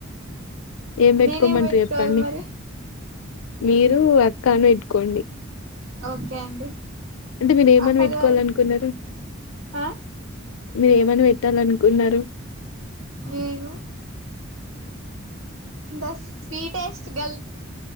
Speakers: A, on the left; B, on the right.
A: ఏం పెట్టుకోమంటారు
B: నేనేం పెట్టుకోవాలి
A: చెప్పండి
B: మరి
A: మీరు అక్క అని పెట్టుకోండి
B: ఓకే అండి
A: అంటే మీరు ఏమని
B: అక్కగారు
A: పెట్టుకోవాలి అనుకున్నారు
B: ఆ
A: మీరు ఏమని పెట్టాలనుకున్నారు
B: నేను ద స్వీటెస్ట్ గల్